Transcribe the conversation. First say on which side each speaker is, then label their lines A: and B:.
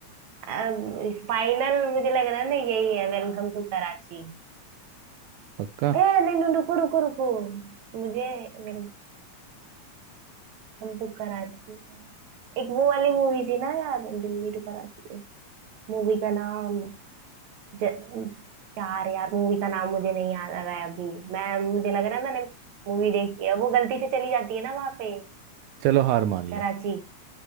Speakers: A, on the right; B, on the right.
A: अब फाइनल मुझे लग रहा है ना यही है वेलकम टू कराची
B: पक्का
A: ए, नहीं नहीं रुको रुको रुको मुझे वेलकम टू कराची है। एक वो वाली मूवी थी ना यार दिल्ली टू कराची मूवी का नाम ज, यार यार मूवी का नाम मुझे नहीं याद आ रहा है अभी मैं मुझे लग रहा है मैंने मूवी देखी है वो गलती से चली जाती है ना वहां पे
B: चलो हार मान
A: कराची
B: लो